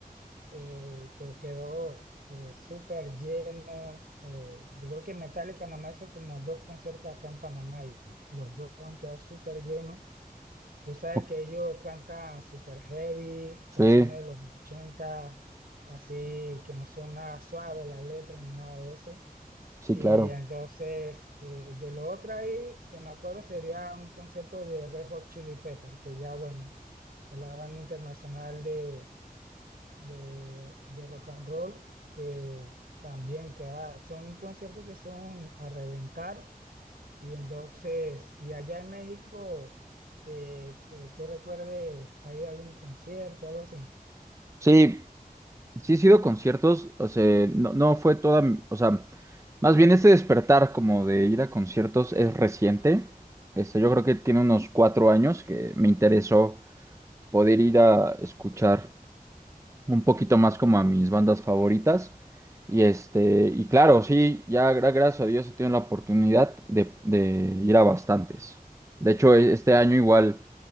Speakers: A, on the right; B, on the right.
A: eh, que quedó eh, súper lleno. eh, yo creo que Metallica nada más hizo como dos conciertos acá en Panamá y los dos han quedado súper llenos. Tú sabes
B: Ok.
A: que ellos cantan súper heavy, canciones
B: Sí,
A: de los 80, así que no son nada suaves las letras ni nada de eso.
B: sí,
A: Y
B: claro.
A: entonces, eh, de lo otro ahí, que me acuerdo, sería un concierto de Red Hot Chili Pepper, que ya, bueno, es la banda internacional de, de, de rock and roll, que también que ah, son conciertos que son a reventar. Y entonces, y allá en México, que eh, tú recuerdes, hay algún concierto, algo así?
B: Sí, sí he sido a conciertos, o sea, no, no fue toda, m- o sea, más bien este despertar como de ir a conciertos es reciente. Este, yo creo que tiene unos cuatro años que me interesó poder ir a escuchar. un poquito más como a mis bandas favoritas. Y este, y claro, sí, ya gra- gracias a Dios he tenido la oportunidad de, de ir a bastantes. De hecho, e- este año igual,